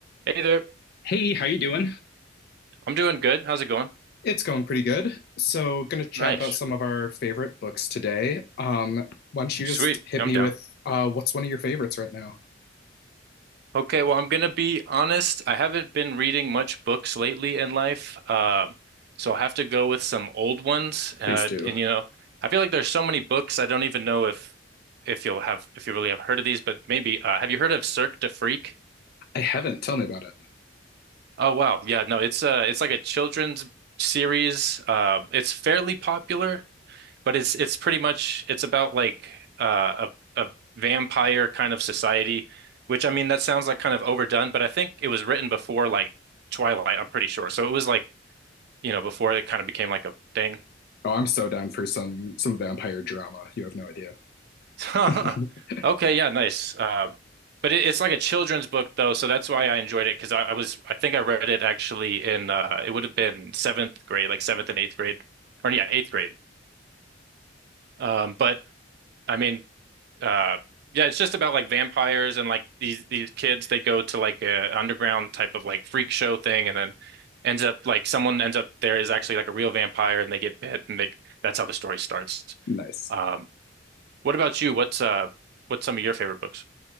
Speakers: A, on the right (about 55°); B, on the left (about 55°).
A: Hey there.
B: Hey, how you doing?
A: I'm doing good. How's it going?
B: It's going pretty good. So, going to chat
A: Nice.
B: about some of our favorite books today. Um, why don't you
A: Sweet.
B: just hit
A: I'm
B: me
A: down.
B: with uh, what's one of your favorites right now?
A: Okay, well, I'm gonna be honest. I haven't been reading much books lately in life. Um, so I'll have to go with some old ones. Uh,
B: Please do.
A: and you know, I feel like there's so many books I don't even know if if you'll have if you really have heard of these, but maybe uh, have you heard of Cirque du Freak?
B: I haven't. Tell me about it.
A: Oh wow. Yeah, no, it's uh it's like a children's series. Uh, it's fairly popular. but it's it's pretty much it's about like uh, a a vampire kind of society, which I mean that sounds like kind of overdone, but I think it was written before like Twilight, I'm pretty sure. So it was like, you know, before it kind of became like a thing.
B: Oh, I'm so down for some some vampire drama. You have no idea.
A: <laughs>
B: <laughs>
A: Okay, yeah, nice. Uh, but it, it's like a children's book though, so that's why I enjoyed it because I, I was I think I read it actually in uh, it would have been seventh grade, like seventh and eighth grade, or yeah, eighth grade. Um, but I mean. uh yeah, it's just about like vampires and like these these kids they go to like a underground type of like freak show thing and then ends up like someone ends up there is actually like a real vampire and they get bit and they that's how the story starts.
B: Nice.
A: Um what about you? What's uh what's some of your favorite books?